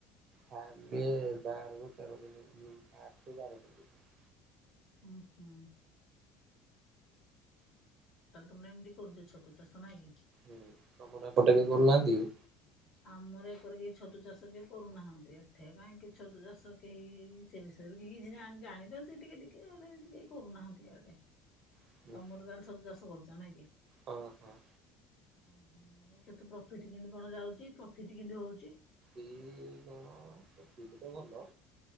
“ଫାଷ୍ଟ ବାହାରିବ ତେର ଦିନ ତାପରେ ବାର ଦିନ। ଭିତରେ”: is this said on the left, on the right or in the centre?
Right